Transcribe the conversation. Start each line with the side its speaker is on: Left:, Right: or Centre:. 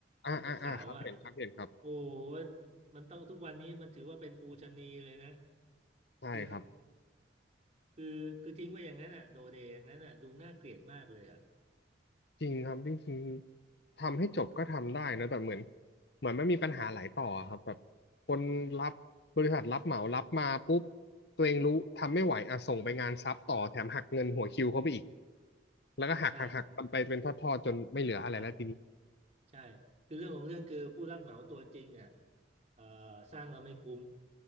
Left: อ่าอ่าอ่าครับเห็นครับเห็นครับ
Right: เป็นเสาอ่ะโอ้ยมันต้องทุกวันนี้มันถือว่าเป็นปูชนียเลยนะ
Left: ใช่ครับ
Right: คือ คือ คือทิ้งไว้อย่างนั้นอ่ะโดเดอย่างนั้นอ่ะดูน่าเกลียดมากเลยอ่ะ
Left: จริงครับจริงๆทำให้จบก็ทำได้นะแต่เหมือนเหมือนมันมีปัญหาหลายต่อครับแบบคนรับบริษัทรับเหมารับมาปุ๊บตัวเองรู้ทำไม่ไหวอ่ะส่งไปงานซับต่อแถมหักเงินหัวคิวเข้าไปอีกแล้วก็หักหักหักนไปเป็นทอดๆจนไม่เหลืออะไรแล้วทีนี้
Right: ใช่ใช่ใช่คือเรื่องของเรื่องคือผู้รับเหมาตัวจริงอ่ะเอ่อสร้างเราไม่คุ้ม